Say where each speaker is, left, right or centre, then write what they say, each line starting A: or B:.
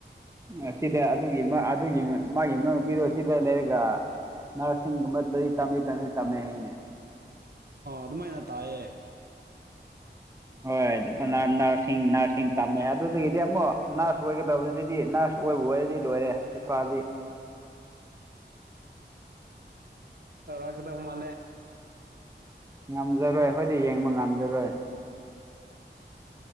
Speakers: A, on the right (about 15°); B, on the right (about 60°).
A: ꯑ ꯁꯤꯗ ꯑꯗꯨꯒꯤ ꯑꯗꯨꯒꯤ ꯃꯥꯒꯤ ꯏꯅꯥꯎ ꯅꯨꯄꯤꯗꯣ ꯁꯤꯗ ꯂꯩꯔꯒ ꯅꯔꯁꯤꯡ ꯃ ꯇꯝꯃꯤ ꯇꯝ ꯇꯃꯦ ꯍꯅꯦ
B: ꯑ ꯑꯗꯨꯃꯥꯏꯅ ꯇꯥꯏꯌꯦ
A: ꯍꯣꯏꯅ ꯅꯔꯁꯤꯡ ꯅꯔꯁꯤꯡ ꯇꯝꯃꯦ ꯑꯗꯨꯗꯒꯤꯗꯤ ꯑꯃꯨꯛ ꯅꯔꯁ ꯑꯣꯏꯒꯗꯕꯗꯨꯗꯗꯤ ꯅꯔꯁ ꯀꯣꯏꯕꯩ ꯋꯥꯔꯤꯗꯤ ꯂꯣꯏꯔꯦ ꯍꯩꯄꯥꯗꯤ
B: ꯇꯧꯔꯥꯛ ꯀꯗꯕ ꯃꯥꯂꯦ
A: ꯉꯝꯖꯔꯣꯏ ꯑꯩꯈꯣꯏꯗꯤ ꯌꯦꯡꯕ ꯉꯝꯖꯔꯣꯏ